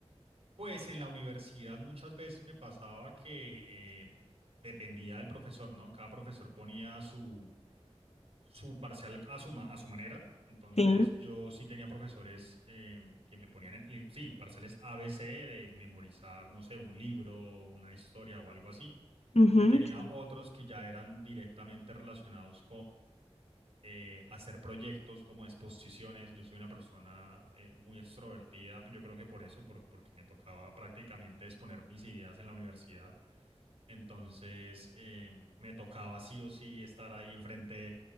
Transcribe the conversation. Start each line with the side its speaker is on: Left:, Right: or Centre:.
Right: Pues en la universidad muchas veces me pasaba que eh, dependía del profesor, ¿no? Cada profesor ponía su, su parcial a su, ma- a su manera. Entonces
Left: Sí,
Right: yo sí tenía profesores em, que me ponían, el li- sí, parciales ABC de memorizar, no sé, un libro, una historia o algo así.
Left: ujú,
Right: Y tenía
Left: Sí.
Right: otros que ya eran directamente relacionados eh, hacer proyectos como exposiciones. Yo soy una persona eh, muy extrovertida, pues yo creo que por eso, por- porque me tocaba prácticamente exponer mis ideas en la universidad. Entonces eh, me tocaba sí o sí estar ahí enfrente